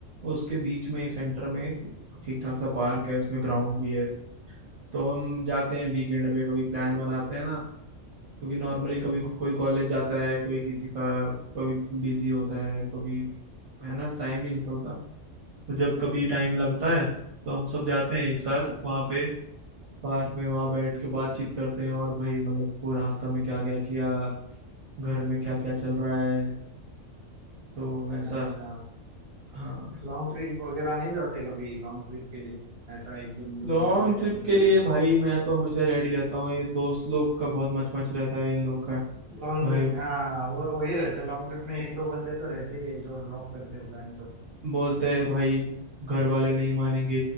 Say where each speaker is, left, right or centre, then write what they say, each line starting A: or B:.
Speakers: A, on the right; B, on the right.
A: उसके बीच में एक सेंटर में एक ठीक ठाक सा पार्क है उसमें ग्राउंड भी है तो हम जाते हैं वीकेंड पे कभी प्लान बनाते हैं ना क्योंकि नॉर्मली
B: हम्म
A: कभी को- कोई कॉलेज जाता है कोई किसी का कभी बिजी होता है कभी है ना टाइम नहीं निकलता तो जब
B: हम्म,
A: कभी टाइम लगता है तो हम सब जाते हैं एक साथ
B: हाँ,
A: वहाँ पे पार्क में वहाँ बैठ के बातचीत करते हैं और भाई मतलब पूरा हफ्ता में क्या क्या किया घर में क्या क्या चल रहा है तो वैसा
B: अच्छा
A: हाँ
B: लॉन्ग ट्रिप वगैरह नहीं जाते कभी लॉन्ग ट्रिप के लिए ऐसा एक दो दो
A: लॉन्ग
B: दिन के लिए
A: ट्रिप
B: रहने के
A: के लिए
B: लिए
A: भाई मैं तो हमेशा रेडी रहता हूँ ये दोस्त लोग का बहुत मच मच रहता है इन लोग का
B: लॉन्ग
A: भाई
B: ट्रिप में हाँ वो वही रहते लॉन्ग ट्रिप में एक दो बंदे तो रहते ही हैं जो ड्रॉप करते प्लान को <laughs>
A: बोलते हैं भाई घर वाले नहीं मानेंगे